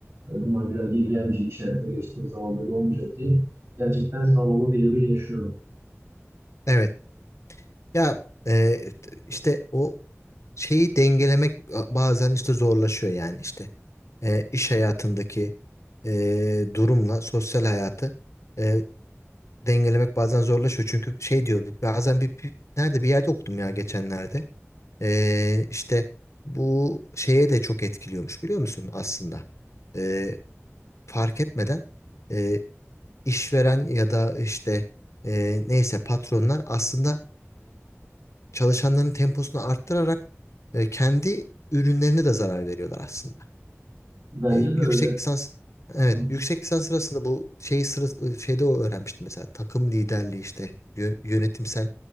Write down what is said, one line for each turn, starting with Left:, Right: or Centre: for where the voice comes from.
Right: Ve bunlar biraz geri gelmeyecek işaretler geçtiğim zaman böyle olmayacak diye. Gerçekten şu an onu birebir yaşıyorum.
Left: evet. Ya e, işte o şeyi dengelemek bazen işte zorlaşıyor yani işte E, iş hayatındaki e, durumla sosyal hayatı e, dengelemek bazen zorlaşıyor. Çünkü şey diyor bazen bir, bir- nerede bir yerde okudum ya geçenlerde E, işte bu şeye de çok etkiliyormuş biliyor musun aslında E, fark etmeden e, işveren ya da işte e, neyse patronlar aslında çalışanların temposunu arttırarak e, kendi ürünlerine de zarar veriyorlar aslında.
Right: Bence
Left: E, yüksek
Right: de öyle.
Left: lisans evet
Right: Hı,
Left: yüksek lisans sırasında bu şeyi sırası, şeyde o öğrenmiştim mesela takım liderliği işte yö- yönetimsel